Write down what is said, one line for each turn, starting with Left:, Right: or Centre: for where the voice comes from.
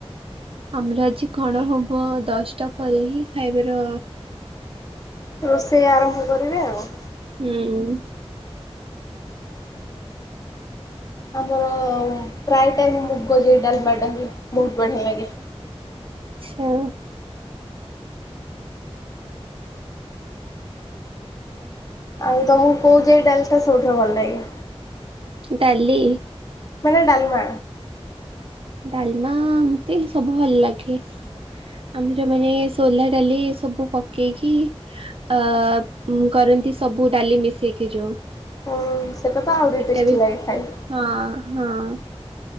Right: ଆମର ଆଜି କଣ ହବ ଦଶଟା ପରେ ହିଁ ଖାଇବେ। ର
Left: ରୋଷେଇ ଆରମ୍ଭ କରିବି ଆଉ
Right: ହୁଁ।
Left: ଆମର ପ୍ରାୟ ଟାଇମ୍ ମୁଗଜାଇ ଡାଲମାଟା ହୁଏ। ବହୁତ ବଢିଆ ଲାଗେ।
Right: ହଉ।
Left: ଆଉ ତମକୁ କୋଉ ଜାଇ ଡାଲିଟା ସବୁଠାରୁ ଭଲ ଲାଗେ?
Right: ଡାଲି?
Left: ମାନେ ଡାଲମା?
Right: ଡାଲମା ଏମିତି ସବୁ ଭଲ ଲାଗେ। ଆମର ମାନେ ସୋଲା ଡାଲି ସବୁ ପକେଇକି ଅ-ଅ-ଅ ଉଁ କରନ୍ତି ସବୁ ଡାଲି ମିଶେଇକି ଯୋଉ
Left: ହଁଅ-ଅ ସେଟା ତ ଆହୁରି
Right: ଏଟା
Left: ଟେଷ୍ଟି
Right: ବି
Left: ଲାଗେ ଖାଇ
Right: ହଁ ହଁ